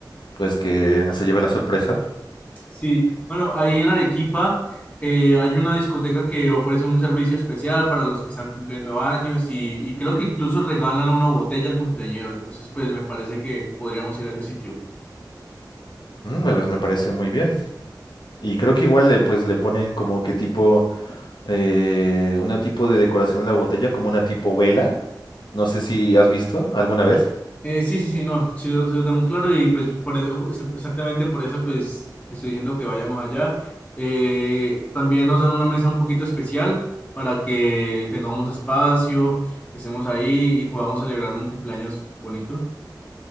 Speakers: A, on the left; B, on the left.
A: pues que se lleve la sorpresa.
B: Sí, bueno, ahí en Arequipa eh, hay una discoteca que ofrece un servicio especial para los que están cumpliendo años y, y creo que incluso regalan una botella al cumpleañero, entonces pues me parece que podríamos ir a ese sitio.
A: Mm, pues me parece muy bien. Y creo que igual le pues le ponen como que tipo, eh, una tipo de decoración a la botella, como una tipo vela. No sé si has visto alguna vez.
B: Eh, sí, sí, sí, no, sí lo, sí lo tengo claro y pues por eso, ju- exa- exactamente por eso pues te estoy diciendo que vayamos allá. Eh, también nos dan una mesa un poquito especial para que tengamos espacio, estemos ahí y podamos celebrar un cumpleaños bonito.